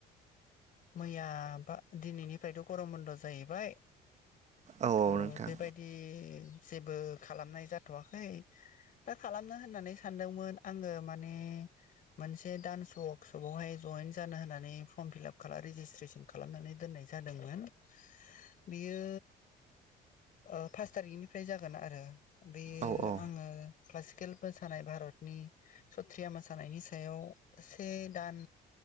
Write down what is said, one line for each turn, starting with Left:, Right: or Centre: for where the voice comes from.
Left: मैयाबा दिनैनिफ्रायथ' गरम बन्द' जाहैबाय
Right: औ
Left: थ'
Right: औ नोंथां
Left: बेबायदि जेबो खालामनाय जाथ'वाखै। दा खालामनो होननानै सानदोंमोन आङो माने मोनसे डान्स वर्कशपावहाय जयेन जानो होनानै फर्म फिलाप खालाम रेजिसट्रेसन खालामनानै दोननाय जा- दोंमोन बियो अ पास थारिखनिफ्राय जागोन आरो। बेयो
Right: औ औ
Left: आङो क्लासिकेल मोसानाय भारतनि सथ्रिया मोसानायनि सा याव से दान